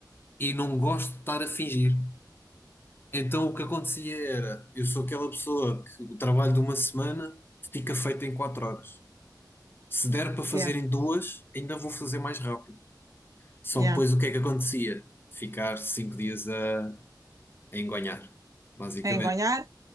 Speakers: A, on the left; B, on the right.
A: e não gosto de estar a fingir. Então o que acontecia era, eu sou aquela pessoa que o trabalho de uma semana fica feito em quatro horas. Se der para fazer
B: yeah,
A: em duas, ainda vou fazer mais rápido. Só
B: yeah.
A: que depois o que é que acontecia? Ficar cinco dias a, a engonhar, basicamente.
B: É engonhar.